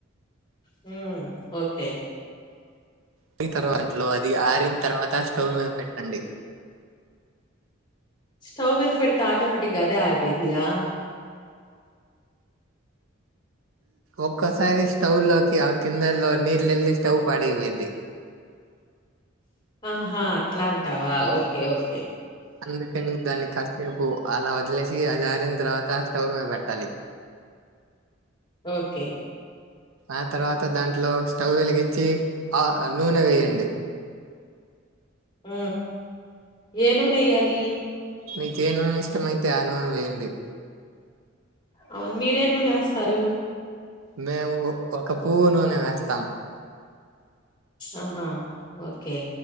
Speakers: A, on the left (about 25°); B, on the right (about 75°).
A: హ ఓకే
B: ప తర్వాంట్లో అది ఆరిన తర్వాత స్టవ్ మీద పెట్టండి
A: స్టవ్ మీద పెడితా ఆటోమేటిక్గాదే ఆారిపోయిదియా
B: ఒక్కసారి స్టవ్ లోకి ఆ కిందలో నీళ్ళెళ్లి స్టవ్ పాడియేది
A: ఆహా అట్లాంటావా ఓకే ఓకే
B: అందుక ని దానికి కాససేపు అలా వదిలేసి అది ఆారన తర్వాత స్టవ్ మీద పెట్టాలి
A: ఓకే
B: ఆ తర్వాత దాంట్లో స్టవ్ వెలిగ ఆ నూనె వేయండి <inaudible>
A: హ ఏనుూ నెయ్యాలి
B: మీకు యే నూనె ఇష్టమైతే ఆ నూనె వేయండి
A: అవును మీరే నూనేస్తారు
B: మేము ఒక పువ్వు నూనె వేస్తాం
A: ఆహా ఓ ఓకే